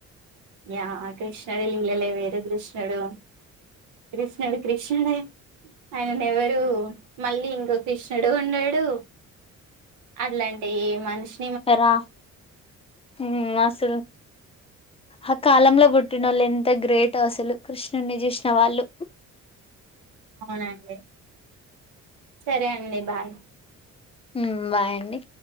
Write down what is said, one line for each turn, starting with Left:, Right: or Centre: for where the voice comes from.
Right: యా ఆ కృష్ణుడి లీలలే వేరు, కృష్ణడు కృష్ణడు కృష్ణడే ఆయనను ఎవరు మళ్ళీ ఇంకో కృష్ణుడు ఉండడు, అట్లాంటి మనిషి
Left: రా ఉమ్ అసలు ఆ కాలంలో పుట్టినోళ్ళు ఎంత గ్రేట్ అసలు, కృష్ణుని చూసిన వాళ్ళు
Right: అవునండి, సరే అండి బాయ్.
Left: ఉమ్ బాయ్ అండి.